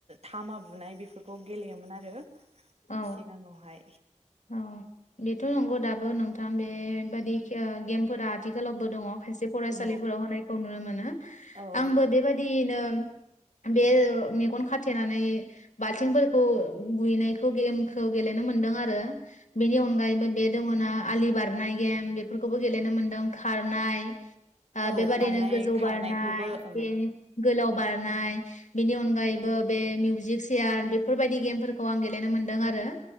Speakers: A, on the right; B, on the left.
A: तामा बुनाय बेफोरखौ गेलेयोमोन आरो
B: औ
A: सिगांङावहाय
B: औ बेथ' नंगौ दाबो नोंथां बेबादि खे ओ गेमफोरा आथिखालावबो दंङ। खायसे फरायसालिफोराव
A: औ
B: होनायखौ नुनो मोनो
A: औ
B: आंबो बेबादियैनो बे ओ मेगन खाथेनानै बाल्थिंफोरखौ बुयैनाय खौ गेमखौ गेलेनो मोन्दों आरो। बेनि अनगायैबो बे दंङोना आलि बारनाय गेम बेफोरखौबो गेलेनो मोनदों खारनाय ओ
A: औ
B: बेबादिनो
A: खारनाय
B: गोजौ
A: खारनायखौबो
B: बारनाय
A: औ
B: बे गोलाव बारनाय बेनि अनगायैबो बे मिउजिक चियार बेफोरबायदि गेमफोरखौ आं गे गेलेनो मोनदों आरो